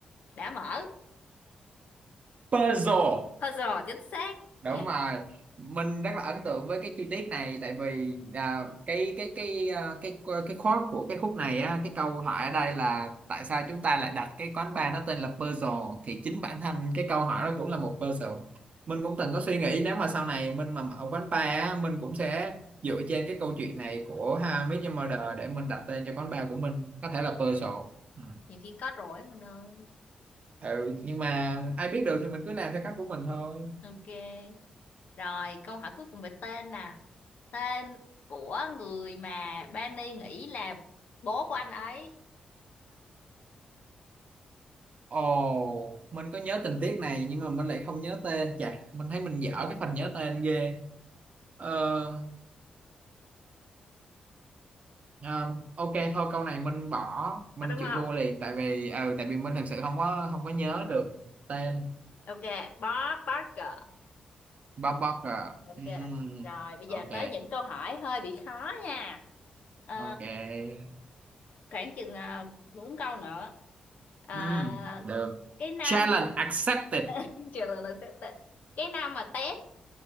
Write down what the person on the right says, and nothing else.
puzzle
đúng
rồi mình rất là ấn tượng với cái chi tiết này tại vì à, cái cái cái à, cái ờ, cái khoát của cái khúc này á cái câu hỏi ở đây là tại sao chúng ta lại đặt cái quán bar nó tên là Puzzle thì chính bản thân cái câu hỏi đó cũng là một puzzle mình cũng từng có suy nghĩ nếu mà sau này mình mà mở quán bar á mình cũng sẽ dựa trên cái câu chuyện này của How I Met Your Mother để mình đặt tên cho quán bar của mình có thể là puzzle ừ,
Ừ, nhưng mà ai biết được thì mình cứ làm theo cách của mình thôi
Ồ, mình có nhớ tình tiết này nhưng mà mình lại không nhớ tên chà, mình thấy mình dở cái phần nhớ tên ghê. Ờ, à, ok thôi câu này mình bỏ, mình
chịu
thua liền tại vì ờ tại vì mình thực sự không có không có nhớ được tên
Bob Barker.
Ừm,
ok,
ok.
Ừm, được.
Challenge
accepted.